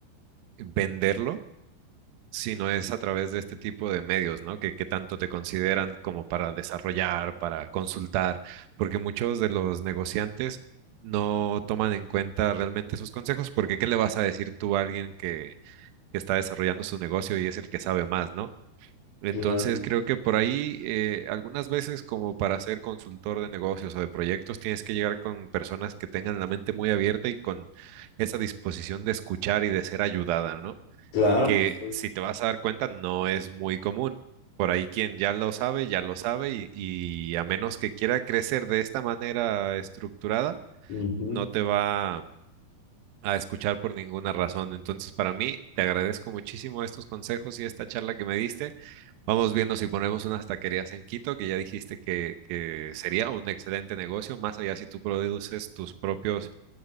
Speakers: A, on the right; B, on the left.
A: venderlo sino es a través de este tipo de medios, ¿no? Que, que tanto te consideran como para desarrollar, para consultar, porque muchos de los negociantes no toman en cuenta realmente sus consejos, porque ¿qué le vas a decir tú a alguien que, que está desarrollando su negocio y es el que sabe más, ¿no? Entonces
B: Claro,
A: creo que por ahí eh, algunas veces como para ser consultor de negocios o de proyectos tienes que llegar con personas que tengan la mente muy abierta y con esa disposición de escuchar y de ser ayudada, ¿no?
B: claro
A: que
B: que sí.
A: si te vas a dar cuenta no es muy común. Por ahí quien ya lo sabe, ya lo sabe y, y a menos que quiera crecer de esta manera estructurada,
B: Ujú,
A: no te va a escuchar por ninguna razón. Entonces, para mí, te agradezco muchísimo estos consejos y esta charla que me diste. Vamos viendo si ponemos unas taquerías en Quito, que ya dijiste que, que sería un excelente negocio, más allá si tú produces tus propios